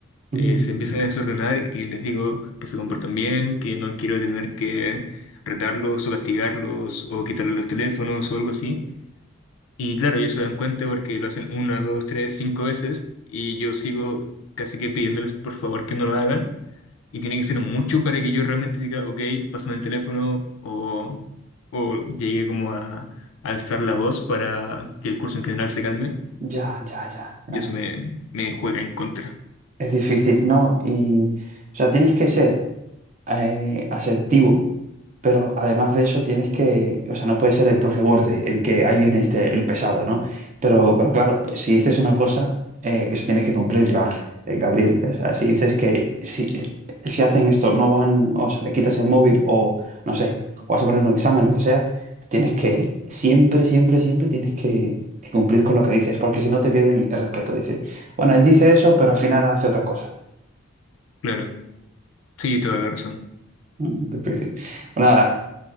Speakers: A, on the left; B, on the right.
A: eh,
B: Mm,
A: se empiezan a desordenar y les digo que se comportan bien, que no quiero tener que retarlos o castigarlos o quitarles los teléfonos o algo así. Y claro, ellos se dan cuenta porque lo hacen una, dos, tres, cinco veces y yo sigo casi que pidiéndoles por favor que no lo hagan. Y tiene que ser mucho para que yo realmente diga, ok, pásame el teléfono o, o llegue como a, a alzar la voz para que el curso en general se calme.
B: ya, ya, ya,
A: Y
B: ya.
A: eso me, me juega en contra.
B: Es difícil, ¿no? Y, o sea, tienes que ser eh, asertivo Pero además de eso tienes que, o sea, no puede ser el profe borde, el que ahí viene este, el pesado, ¿no? Pero, pero claro, si dices una cosa, eh, eso tienes que cumplirla, eh, Gabriel. O sea, si dices que si, eh, si hacen esto, no van, o sea, le quitas el móvil o, no sé, vas a poner un examen, lo que sea, tienes que, siempre, siempre, siempre tienes que, que cumplir con lo que dices, porque si no te pierden el respeto. Dices, bueno, él dice eso, pero al final hace otra cosa. <laughs>
A: Claro, sí, toda la razón.
B: Mm, difícil. Bueno, nada.